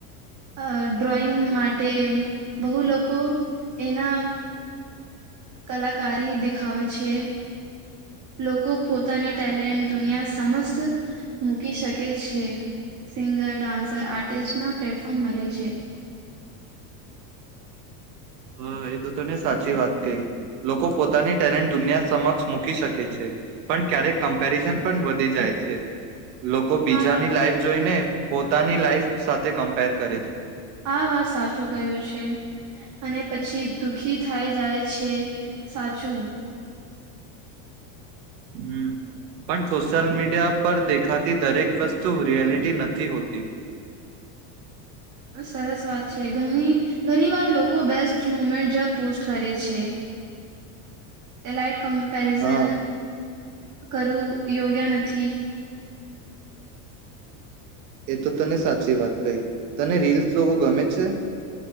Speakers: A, on the right (about 35°); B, on the right (about 80°).
A: અ ડ્રોઈંગ માટે, બહુ લોકો એના કલાકારી દેખાવે છે. લોકો પોતાની ટેલેન્ટ દુનિયા સમસ્ત મૂકી શકે કે છે. સિંગર, ડાન્સર, આર્ટિસ્ટના પ્લેટફોર્મ મલે છે.
B: હા, એ તો તને સાચી વાત કહી. લોકો પોતાની ટેલેન્ટ દુનિયા સમક્ષ મૂકી શકે છે. પન ક્યારેક કમ્પેરિઝન પન વધી જાય છે. લોકો બીજાની
A: આ
B: લાઈફ જોઈને પોતાની લાઈફ સાથે કમ્પેર કરે છે.
A: આ વાત સાચું ક્યું છે. અને પછી દુખી થાય જાય છે. સાચું.
B: હં, પણ સોશિયલ મીડિયા પર દેખાતી દરેક વસ્તુ, રિયાલિટી નથી હોતી.
A: સરસ વાત છે. ઘણી, ઘણી વાર લોકો બેસ્ટ મુમેન્ટ જ પોસ્ટ કરે છે. એલાઇટ ક પેરિઝન
B: હા
A: કરવું યોગ્ય નથી.
B: એ તો તને સાચી વાત. કઈ. તને રીલ્સ જોવું ગમે છે?